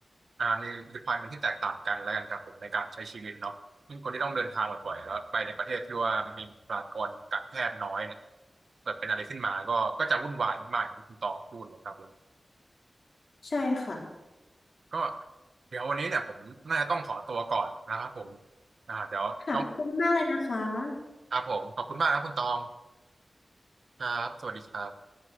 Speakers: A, on the right; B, on the left.
A: อ่ามี requirement ที่แตกต่างกันแล้วกันครับผมในการใช้ชีวิตเนาะยิ่งคนที่ต้องเดินทางบ่อยๆแล้วไปในประเทศที่ว่ามีประชากรการแพทย์น้อยเนี่ยเกิดเป็นอะไรขึ้นมาก็ก็จะวุ่นวายมากๆอย่างที่คุณตองพูดเลยครับผม
B: ใช่ค่ะ
A: ก็เดี๋ยววันนี้เนี่ยผมน่าจะต้องขอตัวก่อนนะครับผมอ่าเดี๋ยวต้อง
B: ค่ะขอบคุณมากเลยนะคะ
A: ครับผมขอบคุณมากนะคุณตองครับสวัสดีครับ